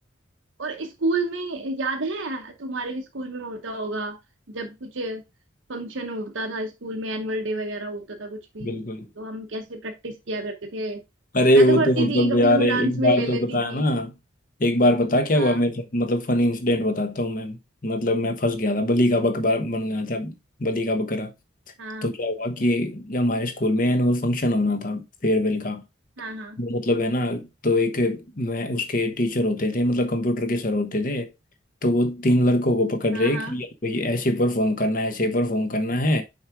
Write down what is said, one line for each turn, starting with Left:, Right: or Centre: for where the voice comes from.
Right: और स्कूल में याद है तुम्हारे भी स्कूल में होता होगा जब कुछ फंक्शन होता था स्कूल में एनुअल डे वगैरह होता था कुछ भी
Left: बिल्कुल
Right: तो हम कैसे प्रैक्टिस किया करते थे
Left: अरे
Right: मैं
Left: वो
Right: तो करती
Left: तो मतलब
Right: थी कभी
Left: यार
Right: कभी
Left: एक
Right: डांस में
Left: बार
Right: ले
Left: तो
Right: लेती
Left: बताया
Right: थी
Left: ना एक बार बता क्या
Right: हाँ
Left: हुआ मेरे साथ मतलब फनी इंसिडेंट बताता हूँ मैं मतलब मैं फंस गया था बलि का बकरा बन गया था बलि का बकरा
Right: हाँ
Left: तो क्या हुआ कि ये हमारे स्कूल में एनुअल फंक्शन होना था फेयरवेल का
Right: हाँ हाँ
Left: वो मतलब है ना तो एक मैं उसके टीचर होते थे मतलब कंप्यूटर के सर होते थे तो वो तीन लड़कों को पकड़
Right: हाँ
Left: रहे
Right: हाँ
Left: कि भाई ऐसे परफॉर्म करना है ऐसे परफॉर्म करना है